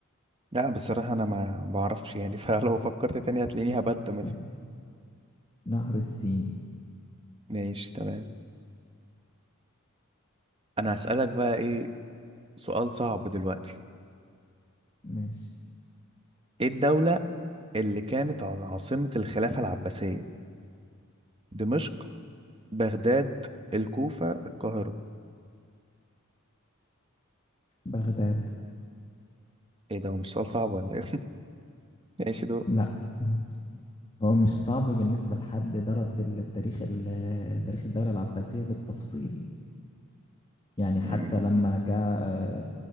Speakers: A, on the right; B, on the left.
A: لا بصراحة انا ما بعرفش يعني <laughs> فلو فكرت تاني هتلاقيني هبت مثلا
B: <laughs> نهر السين
A: ماشي تمام انا هسألك بقى ايه سؤال صعب دلوقتي
B: ماشي
A: ايه الدولة اللي كانت ع- عاصمة الخلافة العباسية دمشق بغداد الكوفة القاهرة
B: بغداد
A: ايه ده هو مش سؤال صعب ولا ايه <laughs> ماشي
B: لا <laughs> هو مش صعب بالنسبة لحد درس التاريخ ال- تاريخ الدولة العباسية بالتفصيل يعني
A: دول
B: حتى لما جاء آه،